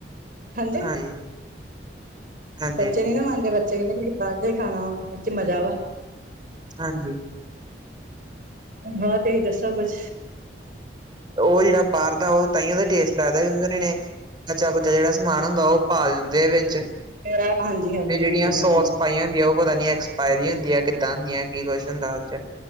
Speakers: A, on the right; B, on the right.
A: ਹਾਂਜੀੇ।
B: ਹਾਂਜੀ, ਹਾਂਜੀ,
A: ਬੱਚੇ ਨੀ ਨਾ ਮੰਨਦੇ ਬੱਚੇ ਕੈਂਦੇ ਬਈ ਬਾਰ ਦਾ ਈ ਖਾਣਾ ਵਾ, ਓਰ 'ਚ ਮਜ਼ਾ ਵਾ।
B: ਹਾਂਜੀ
A: ਹੋਰ ਤੁਸੀਂ ਦੱਸੋ ਕੁੱਝ।
B: ਓ ਜੇੜਾ ਬਾਰ ਦਾ ਓ ਤਾਂਈੰਓ ਤੇ ਟੇਸਟ ਲੱਗਦਾ, ਕਿਉਂਕਿ ਓਨਾਂ ਨੇ ਕੱਚਾ ਕੁੱਚਾ ਜੇੜਾ ਸਮਾਨ ਹੁੰਦਾ, ਓ ਪਾ ਦਿੰਦੇ ਆ ਵਿੱਚ।
A: ਆ ਹਾਂਜੀ ਹਾਂਜੀ
B: ਤੇ ਜਿਹੜੀਆਂ
A: ਹਾਂਜੀ ਹਾਂਜੀ।
B: ਸੋਸ ਪਾਈਆਂ ਹੁੰਦੀਆਂ ਓ ਪਤਾ ਨੀ ਐਕਸਪਾਇਰੀ ਹੁੰਦੀਆਂ, ਕਿੱਦਾਂ ਹੁੰਦੀਆਂ ਕੀ ਕੁਝ ਹੁੰਦਾ ਓ 'ਚ